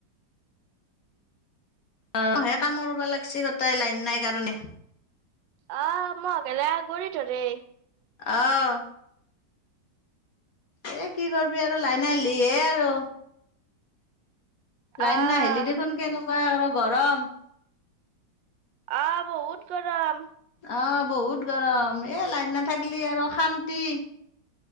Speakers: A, on the left; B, on the right.
A: অ সে কাম কৰিবা লাগছী গটাই লাইন নাই কাৰণে
B: আহ মই অকলে গৰি থৰে
A: আহ এ কি কৰিবি আৰু লাইন আহিলি হে আৰু। লাইন
B: আহ
A: নাহিলি দেখোন কেনেকুৱা আৰু গৰম।
B: আহ বহুত গৰম
A: আহ বহুত গৰম এ লাইন নাথাকিলি আৰু অশান্তি